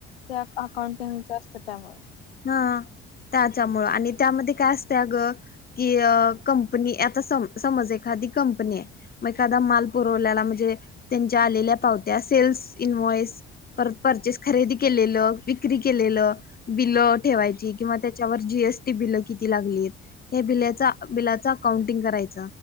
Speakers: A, on the left; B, on the left.
A: त्या अकाउंटिंगच असतं त्यामुळे
B: हा त्याच्यामुळं आणि त्यामध्ये काय असत अ ग की कंपनी आता स समज एखादी कंपनी आहे मग एखादा माल पुरवल्याला म्हणजे त्यांच्या आलेल्या पावत्या सेल्स इनवॉइस पर परचेस खरेदी केलेलं विक्री केलेलं ब ठेवायची किंवा त्याच्या जीएसटी ब किती लागली बला अकाउंटिंग करायच